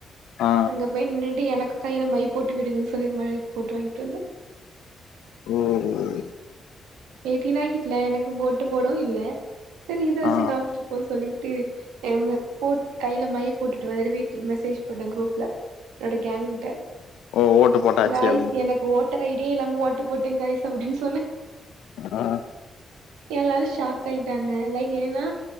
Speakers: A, on the left (about 80°); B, on the right (about 85°).
A: ஆ
B: அங்க போயி நின்னுட்டு எனக்கு கையில மை போட்டு விடுங்கன்னு சொல்லி மை போட்டு வாங்கிட்டு வந்தே
A: ம் ம்
B: எயிட்டீன் ஆக்கிட்ல எனக்கு ஒட்டு போடவு இல்ல செரி இத வெச்சி
A: ஆ
B: காமிச்சிட்டு போவோ சொல்லிட்டு ஏன் மே போட் கையில மை போட்டுட்டு வந்துட்டு வீட்டுல மெசேஜ் போட்டே குரூப்ல என்னோட கேங்கு கிட்ட
A: ஓ ஓட்டு போட்டாச்சு
B: காய்ஸ்
A: அப்டின்னு
B: எனக்கு ஒட்டர் ஐடியே இல்லாம ஓட்டு போட்டே காய்ஸ் அப்படின்னு சொன்னே
A: ஆ
B: எல்லாரு ஷாக் ஆயிட்டாங்க லைக் ஏன்னா